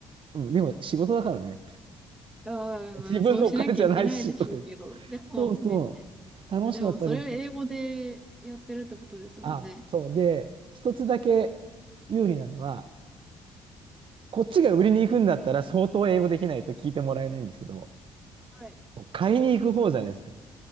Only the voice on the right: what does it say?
う、うん、でも仕事だからね、
自分のお金じゃないし、
とか言って。
そうそう、
楽しかったです。
あ、そう。で、一つだけ有利なのは、こっちが売りに行くんだったら相当英語できないと聞いてもらえないんですけど、
買いに行く方じゃないですか。